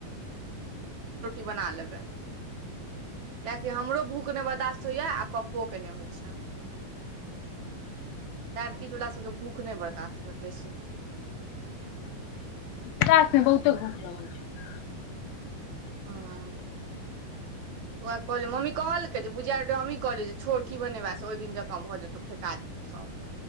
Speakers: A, on the right (about 65°); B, on the left (about 80°).
A: बना ले <unintelligible> कियकि हमरो भूख नहि बर्दाश्त होइएा आ पप्पोके नहि होइ छै डायबिटीज वला सभके भूख नहि बर्दास्त कर बेसी
B: पास बहुते भूख लगै छै
A: हँ तरा कहलिय मम्मी कहलकै जे बुझा मम्मी कहलियै जे छोर की बनेबास से ओहि दिन जका भऽ जेतौ फेेकाज त